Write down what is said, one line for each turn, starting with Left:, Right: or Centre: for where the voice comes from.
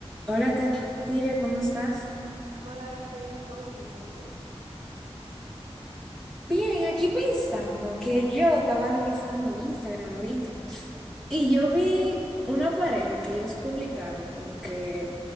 Centre: Hola, Katiria, ¿cómo estás?
Right: Hola, Aracelis, ¿todo bien? ¿Y tú?
Centre: Bien, aquí pensando que yo estaba revisando Instagram ahorita. Y yo vi una pareja que ellos publicaron como que,